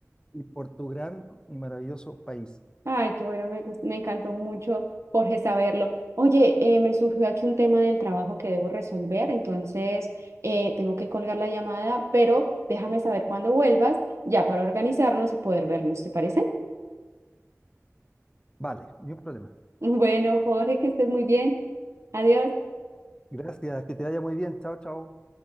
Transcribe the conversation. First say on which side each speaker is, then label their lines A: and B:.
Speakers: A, on the left; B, on the right.
A: y por tu gran y maravilloso país.
B: Ay, qué bueno, me, gust- me encantó mucho, Jorge, saberlo. Oye, eh, me surgió aquí un tema del trabajo que debo resolver, entonces eh, tengo que colgar la llamada, pero déjame saber cuándo vuelvas, ya para organizarnos y poder vernos, ¿te parece? <laughs>
A: Vale, ni un problema.
B: Bueno, Jorge, que estés muy bien. Adiós.
A: Gracias, que te vaya muy bien. Chao, chao.